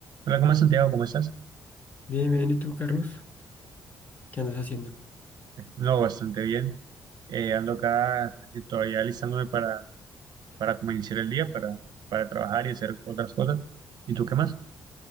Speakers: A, on the right; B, on the left.
A: Hola, ¿cómo es Santiago? ¿Cómo estás?
B: Bien, bien, ¿y tú, Carlos? ¿Qué andas haciendo?
A: No, bastante bien. Eh, ando acá eh, todavía alistándome para, para como iniciar el día, para, para trabajar y hacer otras cosas. ¿Y tú qué más?